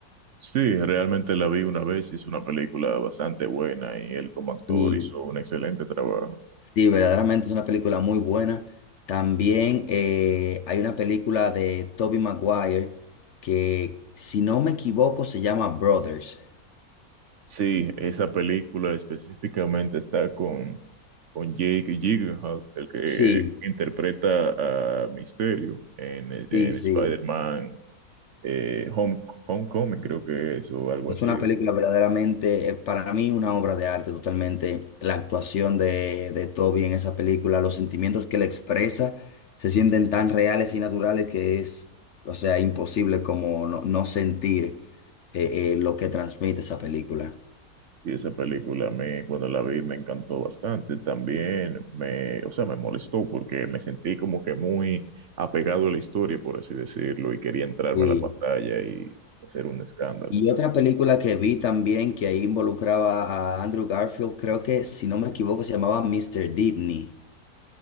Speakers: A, on the right; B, on the left.
A: Sí, realmente la vi una vez y es una película bastante buena y él como actor
B: Y
A: hizo un excelente trabajo.
B: sí, verdaderamente es una película muy buena. También eh, hay una película de Tobey Maguire que, si no me equivoco, se llama Brothers.
A: Sí, esa película específicamente está con, con Jake Gyllenhaal, el que
B: Sí,
A: interpreta a Misterio en, en
B: sí, sí.
A: Spider-Man eh, Home, Homecoming, creo que es, o algo
B: Es
A: así,
B: una película verdaderamente, eh, para mí, una obra de arte totalmente. La actuación de, de Toby en esa película, los sentimientos que él expresa, se sienten tan reales y naturales que es, o sea, imposible como no, no sentir eh, eh, lo que transmite esa película.
A: Sí, esa película a mí cuando la vi me encantó bastante. También me, o sea, me molestó porque me sentí como que muy apegado a la historia, por así decirlo, y quería entrarme
B: Y,
A: a la pantalla y hacer un escándalo.
B: y otra película que vi también que ahí involucraba a Andrew Garfield, creo que, si no me equivoco, se llamaba Mr. Dibny